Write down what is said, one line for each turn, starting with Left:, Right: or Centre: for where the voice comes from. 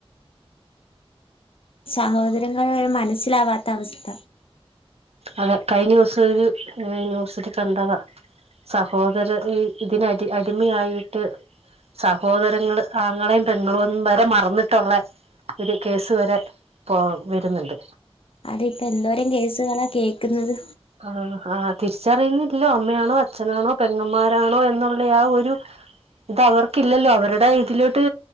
Left: സഹോദരങ്ങളെ വരെ മനസ്സിലാവാത്ത അവസ്ഥ
Right: അതെ കഴിഞ്ഞൂസം ഒര് ന്യൂസില് കണ്ടതാ സഹോദര ഈ ഇതിനടി അടിമയായിട്ട് സഹോദരങ്ങള് ആങ്ങളേം പെങ്ങളുന്ന് വരെ മറന്നിട്ടുള്ള ഒരു കേസ് വരെ പ്പൊ വര്ന്ന്ണ്ട്
Left: അതെ ഇപ്പന്തോരം കേസുകളാ കേക്ക്ന്നത്
Right: ആഹ് ആഹ് തിരിച്ചറിയുന്നില്ല അമ്മയാണോ അച്ഛനാണോ, പെങ്ങമ്മാരാണോ എന്നുള്ള ആ ഒരു ഇതവർക്കില്ലല്ലോ അവരുടെ ഇതിലോട്ട്